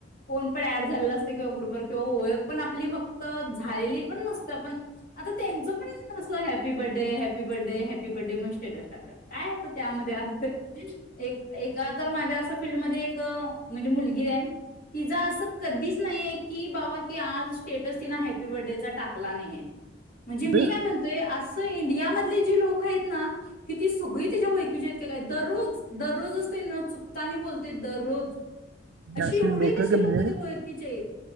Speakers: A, on the left; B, on the right.
A: कोण पण ऍड झालेला असते किंवा ग्रुपवर किंवा ओळख पण आपली फक्त झालेली पण नसते. आपण आता त्यांच अस happy birthday happy happy birthday happy birthday मग स्टेटस काय होत त्यामध्ये अर्थ एक ए तर माझ्या असं फीलडमध्ये एक म्हणजे मुलगी आहे. तिचां असं कधीच नाहीये की बाबा की आज स्टेटस हि ना हॅपी बर्थडेचा टाकला नाहीये. म्हणजे मी
B: ते-
A: मी काय म्हणततोय असं इंडिया मधले जी लोक आहेत ना की ती सगळी त्याच्या ओळखीची आहेत. ते काय दररोज दररोज असते न चुकता मी बोलते दररोज
B: ती अशी
A: एवढी
B: लोक
A: कशी
B: कान्ही
A: ते ओळखीचे आहेत